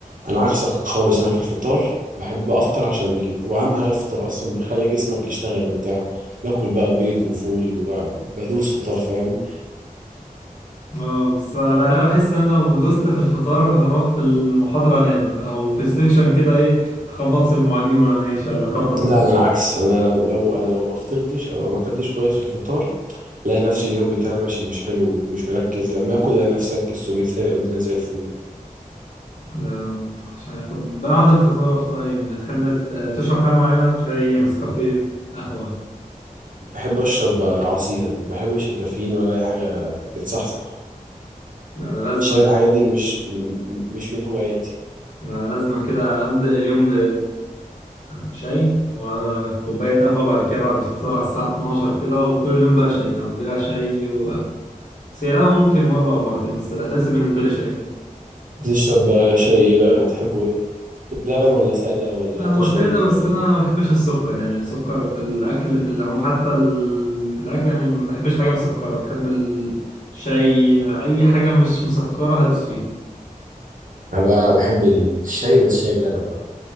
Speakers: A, on the right; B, on the left.
A: انا عكسك خالص انا في الفطار بحب بقى افطر عشان ال- واهم حاجه الفطار اصلا بيخلي جسمك يشتغل وبتاع باكل بقى بيض وفول وبدوس فطار فاهم
B: اه بس بقى بحس ان انا لو دوست في الفطار هروح في المحاضرة انام او في السكشن كده ايه اخبط في المعيدين وانا ماشي ولا اخبط في
A: لا
B: الدكتور
A: انا العكس انا لو لو- انا لو ما فطرتش او لو ما اكلتش كويس في الفطار الاقي نفسي اليوم بتاعي ماشي مش حلو ومش مركز لما اكل الاقي نفسي ركزت وبقيت فايق والدنيا زي الفل
B: <laughs> لا مش عارف طب بعد الفطار طيب بتحب ت- تشرب حاجة معينة شاي نسكافيه قهوة
A: بحب اشرب عصير ما بحبش الكافيين ولا اي حاجه بتصحصح
B: لا انا لازم
A: الشاي والحاجات دي مش م- مش من هواياتي
B: لا انا لازم كده ابدأ اليوم بشاي وكوباية قهوة بعد كده بعد الفطار على الساعة 12 كده وطول اليوم بقى شاي اقضيها شاي وقهوة بس هي قهوة ممكن مرة او مرتين بس الاساسي بالنسبة لي شاي
A: بتشرب شاي إيه بقى بتحبه ايه لبن ولا ساده ولا
B: لا هو
A: كشري
B: سادة بس
A: ولا
B: أنا ما بحبش السكر يعني السكر في الأكل في العموم حتى ال... في الأكل يعني ما بحبش حاجة مسكرة بحب الشاي أي حاجة مش مسكرة هدوس فيها
A: انا بقى بحب الشاي بس شاي بلبن بقى